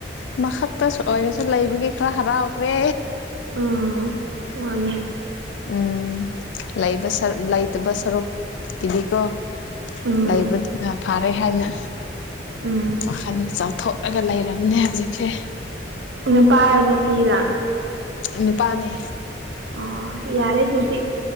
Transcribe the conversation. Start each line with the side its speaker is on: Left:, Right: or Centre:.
Left: ꯑꯃꯈꯛꯇꯁꯨ ꯑꯣꯏꯔꯁꯨ ꯂꯩꯕꯒꯤ ꯈꯔ ꯍꯔꯥꯎꯈ꯭ꯔꯦ
Right: ꯎꯝ ꯃꯥꯅꯦ
Left: ꯎꯝ ꯂꯩꯕ ꯁꯔ ꯂꯩꯇꯕ ꯁꯔꯨꯛꯀꯤꯗꯤꯀꯣ
Right: ꯎꯝ
Left: ꯂꯩꯕꯗꯨꯅ ꯐꯔꯦ ꯍꯥꯏꯅ꯫
Right: ꯎꯝ
Left: ꯋꯥꯈꯜꯁꯦ ꯆꯥꯎꯊꯣꯛꯑꯒ ꯂꯩꯔꯝꯅꯦ ꯍꯧꯖꯤꯛꯁꯦ
Right: ꯅꯨꯄꯥꯔ ꯅꯨꯄꯤꯂ
Left: ꯅꯨꯄꯥꯅꯦ
Right: ꯑꯣ ꯌꯥꯔꯦ ꯑꯗꯨꯗꯤ